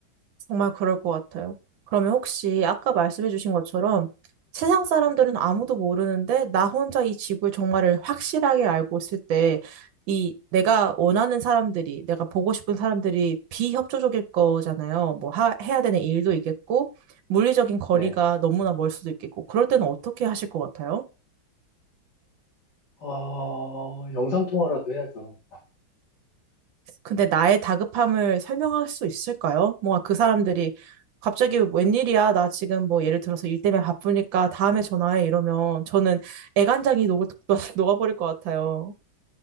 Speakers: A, on the right; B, on the left.
A: 정말 그럴 것 같아요. 그러면 혹시 아까 말씀해 주신 것처럼 세상 사람들은 아무도 모르는데 나 혼자 이 지구의 정말을 확실하게 알고 있을 때 이 내가 원하는 사람들이 내가 보고 싶은 사람들이 비협조적일 거잖아요. 뭐 하, 해야 되는 일도 있겠고 물리적인 거리가
B: 네.
A: 너무나 멀 수도 있겠고 그럴 때는 어떻게 하실 것 같아요?
B: 어, 영상통화라도 해야죠.
A: 근데 나의 다급함을 설명할 수 있을까요? 뭔가 그 사람들이 갑자기 웬일이야? 나 지금 뭐 예를 들어서 일 때문에 바쁘니까 다음에 전화해 이러면 저는 애간장이 녹을, <laughs> 녹아버릴 것 같아요.